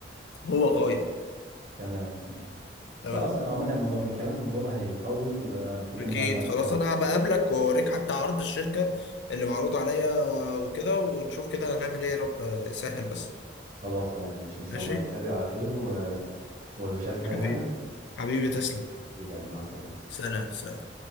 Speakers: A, on the left; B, on the right.
A: هو غاية
B: تمام تمام
A: تمام
B: خلاص أنا عامة المو- الكلام في الموضوع ده هيطول ومحتاجين
A: أكيد
B: بقى نبقى-
A: خلاص
B: نبقى-
A: أنا هبقابلك وأوريك حتى عرض الشركة اللي معروض عليا وكده ونشوف كده هنعمل إيه يا رب آه، يسهل بس
B: خلاص تمام ماشي ان شاء
A: ماشي
B: الله نتقابل على خير و... ومش عايزين أنت
A: حبيبي
B: اي حاجة
A: حبيبي تسلم
B: حبيب قلبي مع السلامة
A: سلام سلام